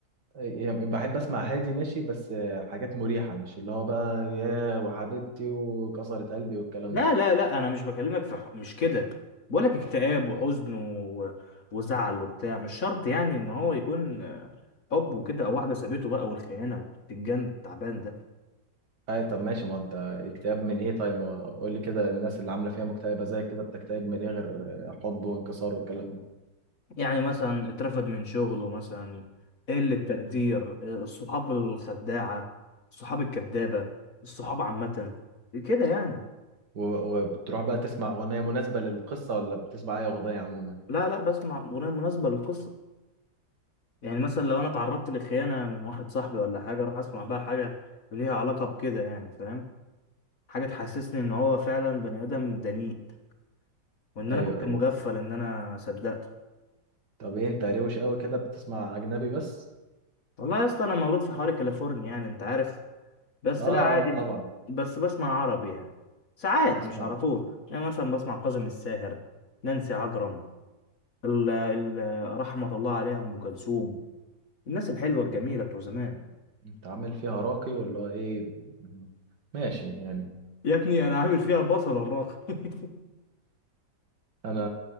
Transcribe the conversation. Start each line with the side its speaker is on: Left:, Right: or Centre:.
Right: يعني بحب اسمع هادي ماشي بس حاجات مريحه مش اللي هو بقى يا وحبيبتي وكسرت قلبي والكلام
Left: لا
Right: ده
Left: لا لا أنا مش بكلمك في ح- مش كده بقولك اكتئاب وحزن و... وزعل وبتاع مش شرط يعني إن هو يكون آه، حب وكده أو واحدة سابته بقى والخيانة والبتنجان التعبان ده
Right: اي طب ماشي ما هو انت اكتئاب من ايه طيب قول لي كده الناس اللي عامله فيها مكتئبه زي كده بتكتئب من ايه غير حب وانكسار والكلام ده
Left: يعني مثلا اترفد من شغله مثلا قلة تقدير الصحاب الخداعة الصحاب الكذابة الصحاب عامة كده يعني
Right: و- وبتروح بقى تسمع اغنيه مناسبه للقصه ولا بتسمع اي اغنيه عموما
Left: لا لا بسمع أغنية مناسبة للقصة يعني مثلا لو أنا اتعرضت لخيانة من واحد صاحبي ولا حاجة أروح أسمع بقى حاجة ليها علاقة بكده يعني فاهم حاجة تحسسني إن هو فعلا بني آدم دنيء وإن
Right: ايوه
Left: أنا كنت
Right: ايوه
Left: مغفل إن أنا صدقته
Right: طب ايه انت روش قوي كده بتسمع اجنبي بس
Left: والله يا اسطى أنا مولود في حواري كاليفورنيا يعني أنت عارف بس
Right: اه
Left: لا عادي
Right: اه طبعا
Left: بس بسمع عربي يعني ساعات
Right: تسمع
Left: مش على طول يعني مثلا بسمع كاظم الساهر نانسي عجرم ال ال رحمة الله عليها أم كلثوم الناس الحلوة الجميلة بتوع زمان
Right: انت عامل فيها راقي ولا ايه ماشي يعني
Left: يا ابني أنا عامل فيها بصلة الراقي <laughs>
Right: انا